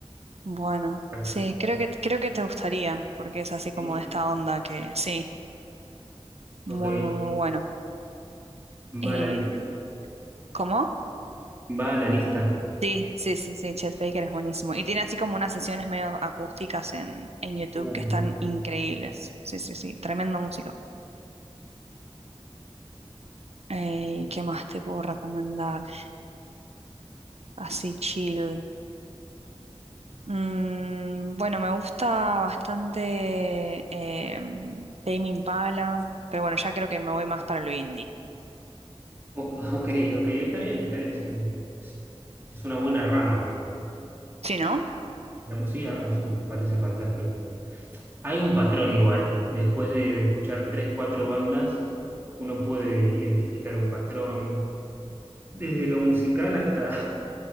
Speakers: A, on the right; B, on the right.
A: Bueno,
B: prácticamente.
A: sí, creo que creo que te gustaría, porque es así como
B: ¿Sí?
A: de esta onda que sí. Muy,
B: Ok,
A: muy, muy bueno.
B: va
A: Eh,
B: a la lista.
A: ¿cómo?
B: Va a la lista.
A: Sí, sí, sí, sí, Chet Baker es buenísimo. Y tiene así como unas sesiones medio acústicas en, en YouTube
B: Oh,
A: que
B: me
A: están
B: encanta.
A: increíbles. Sí, sí, sí, tremenda música. Eh,
B: Eh,
A: ¿qué más te puedo recomendar? Así chill. Mm, bueno, me gusta bastante eh, Tame Impala, pero bueno, ya creo que me voy más para lo indie.
B: o- ok, ok, está bien, está bien, Es, un- es- es una buena rama.
A: ¿Sí, no?
B: La música, ah, sí, me parece fantástica. Hay un patrón igual. Después de, de escuchar tres, cuatro bandas, uno puede identificar un patrón. Desde lo musical hasta,